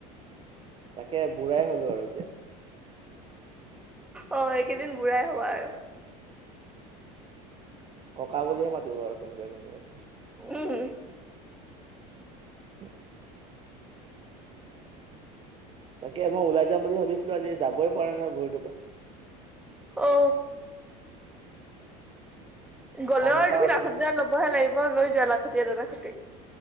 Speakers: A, on the right; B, in the centre.
A: তাকে বুঢ়াই হলো আৰু এ যে
B: অ এইকেইদিন বুঢ়াই হোৱা আৰু
A: ককা বুলিয়ে মাতিব আৰু কোনবাই কোনবাই
B: উম
A: উ তাকে মই ওলাই যাম বুলি ভাবিছিলো আজি যাবই পৰা নহয় ভৰিটোৰ পৰা
B: অ গ'লেও
A: কাম
B: আৰু
A: এটাও
B: তুমি
A: আছিলে
B: লাখতিডাল ল'বহে লাগিব লৈ যোৱা লাখতি এড লাখুতি